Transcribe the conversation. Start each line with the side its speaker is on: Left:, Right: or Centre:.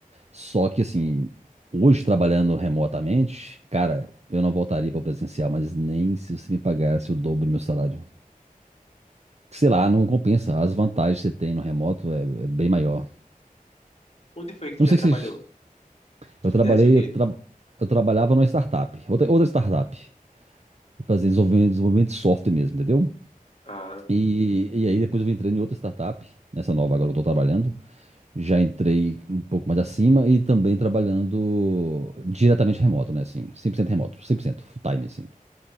Right: Só que assim, hoje trabalhando remotamente, cara, eu não voltaria para presencial, mas nem se você me pagasse o dobro do meu salário. Sei lá, não compensa. As vantagens que você tem no remoto é, é bem maior.
Left: Onde foi que tu
Right: Eu não sei
Left: já trabalhou?
Right: se. Eu
Left: Tu
Right: trabalhei,
Left: fizesse o quê?
Right: eu, tra- eu trabalhava numa startup, outra, outra startup. Fazendo desenvolvimento, desenvolvimento de software mesmo, entendeu?
Left: Ah.
Right: E, e aí depois eu entrei em outra startup, nessa nova agora que eu estou trabalhando. Já entrei um pouco mais acima e também trabalhando diretamente remoto, né? Assim, 100% remoto, 100% full time, assim.